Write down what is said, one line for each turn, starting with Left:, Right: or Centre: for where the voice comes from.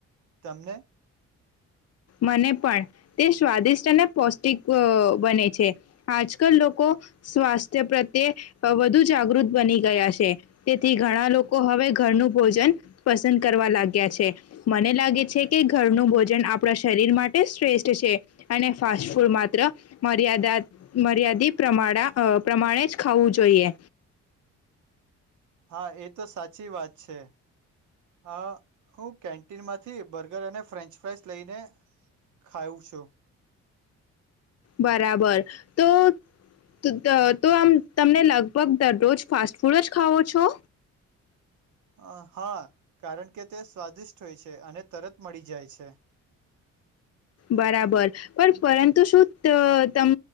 Right: તમને?
Left: મને પણ તે સ્વાદિષ્ટ અને પૌષ્ટિક બને છે. આજકલ લોકો સ્વાસ્થ્ય પ્રત્યે વધુ જાગૃત બની ગયા છે. તેથી ઘણા લોકો હવે ઘરનું ભોજન પસંદ કરવા લાગ્યા છે. મને લાગે છે કે ઘરનું ભોજન આપણા શરીર માટે શ્રેષ્ઠ છે અને ફાસ્ટફૂડ માત્ર મર્યાદા મર્યાદિત પ્રમાડા પ્રમાણે જ ખાવું જોઈએ.
Right: હા એ તો સાચ ચી વાત છે. હા હું કેન્ટીનમાંથી બર્ગર અને ફ્રેન્ચ ફ્રાઈસ લઈને ખાઉં છું.
Left: બરાબર તો તો તો આમ તમને લગભગ દરરોજ ફાસ્ટ ફૂડ જ ખાવો છો?
Right: અ હા કારણ કે તે સ્વાદિષ્ટ હોય છે અને તરત મળી જાય છે.
Left: બરાબર પણ પરંતુ શું ત તમ